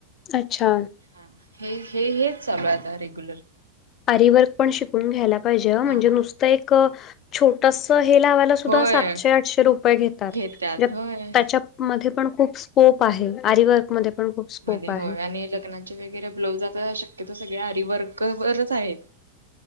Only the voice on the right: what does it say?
हा हे हे हेच चालू आता रेग्युलर.
हा
होय
घेत्यात
होय
मध्ये
होय आणि लग्नात. चे वगैरे ब्लाऊज आता शक्यतो सगळे आरीवर्कवरच आहेत.